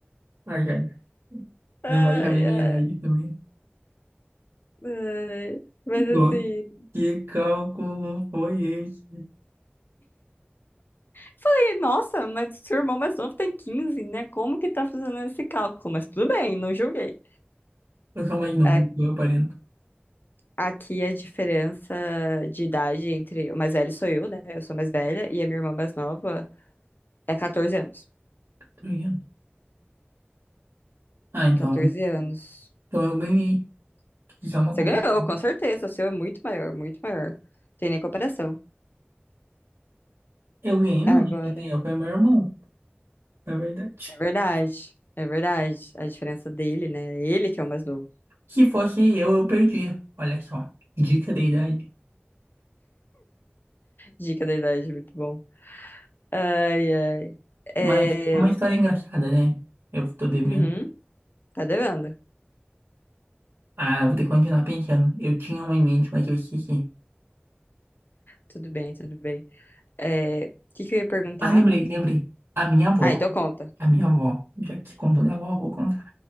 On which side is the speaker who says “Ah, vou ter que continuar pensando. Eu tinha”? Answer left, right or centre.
Right